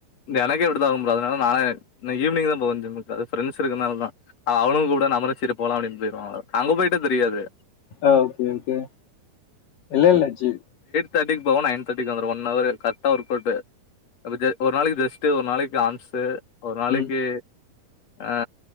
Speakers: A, on the left (about 45°); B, on the left (about 65°).
A: எனக்கே இப்பிடிதா ஆகு புரோ அதுனால நானே இன்னைக் ஈவினிங் தா போவே ஜிம்முக்கு அது ஃப்ரெண்ஸ் இருக்குனாலதா அ அவனுங்கூப்ட நம்மலு சேரி போலா அப்டின் பொய்ருவ அங்க போயிட்டா தெரியாது
B: அ ஓகே ஓகே இல்ல இல்ல ஜீ
A: தேட்டிக் போவோ நைன் தேட்டிக்கு வந்துருவோ ஒன்னவரு கரெக்ட்டா ஒர்க்கவ்ட்டு அபத்தியா ஒரு நாளைக்கு ரெஸ்ட்டு ஒரு நாளைக்கு ஆம்ஸ்சு ஒரு நாளைக்கு
B: ம்
A: ஆஆ